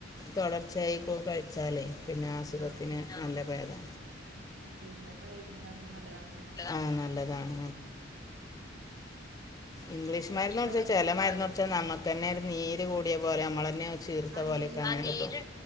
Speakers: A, on the left; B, on the right.
A: തുടർച്ചയായി കു കഴിച്ചാലേ പിന്നെ അസുഖത്തിന്
B: ആഹ്
A: നല്ല പേതാ
B: ഇംഗ്ലീഷ് മര്ന്ന് കൈക്കിനട്ടിലും നല്ലതാണല്ലോ. <inaudible>
A: ആ നല്ലതാണ് ഇംഗ്ലീഷ്മര്ന്ന്
B: ഇനിയിപ്പോ
A: കുട്ച്ചാ ചെലമര്ന്നുട്ച്ചാൽ നമ്മക്കന്നെ ഒരു നീര് കൂടിയ പോലെ നമ്മളെന്നെ ചീർത്ത
B: ആഹ്
A: പോലെയക്കെ
B: നീരുണ്ടേ
A: അഹ് നീര്ണ്ട്